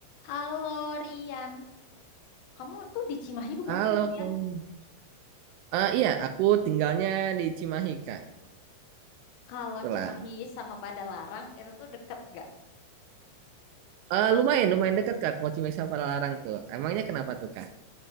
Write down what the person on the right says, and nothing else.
Halo,
kamu. Eh iya, aku tinggalnya di Cimahi, Kak.
Kebetulan.
Eh lumayan, lumayan dekat, Kak. Kalau Cimahi sama Padalarang tuh. Emangnya kenapa tuh, Kak?